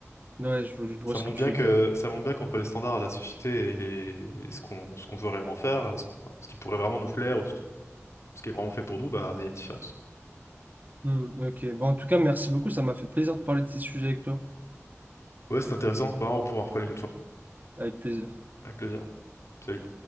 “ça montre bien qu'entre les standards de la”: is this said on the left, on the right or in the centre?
Left